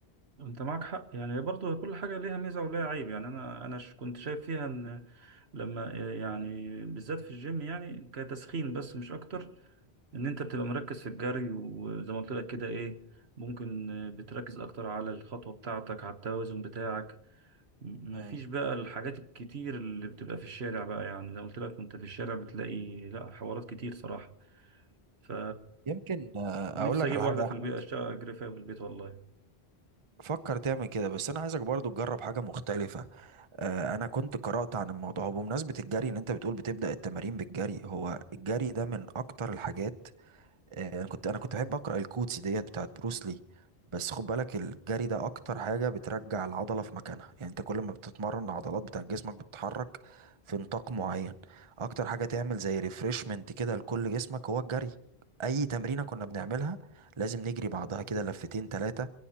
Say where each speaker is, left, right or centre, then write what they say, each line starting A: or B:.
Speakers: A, on the right (about 75°); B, on the right (about 30°).
A: انت معك حق يعني برضو كل حاجة ليها ميزة وليها عيب يعني انا انا ش- كنت شايف فيها ان لما يعني بالذات في الجيم يعني كتسخين بس مش اكتر ان انت بتبقى مركز في الجري وزي ما قلت لك كده ايه ممكن بتركز اكتر على الخطوة بتاعتك على التوازن بتاعك م-
B: مم.
A: مفيش بقى الحاجات الكتير اللي بتبقى في الشارع بقى يعني لو قلت لك وانت في الشارع بتلاقي لا حوارات كتير صراحة ف
B: يمكن آه،
A: نفسي
B: اقول لك
A: اجيب
B: على
A: واحدة
B: حاجه يا
A: في
B: احمد
A: البيت اشتغل اجري فيها في البيت والله
B: فكر تعمل كده بس انا عايزك برضو تجرب حاجه مختلفه آه، انا كنت قرات عن الموضوع بمناسبه الجري ان انت بتقول بتبدا التمارين بالجري هو الجري ده من اكتر الحاجات آه، انا كنت انا كنت بحب اقرا الكوتس ديت بتاعت بروسلي بس خد بالك الجري ده اكتر حاجه بترجع العضله في مكانها يعني انت كل ما بتتمرن العضلات بتاع جسمك بتتحرك في نطاق معين اكتر حاجه تعمل زي ريفرشمنت كده لكل جسمك هو الجري اي تمرينه كنا بنعملها لازم نجري بعضها كده لفتين تلاتة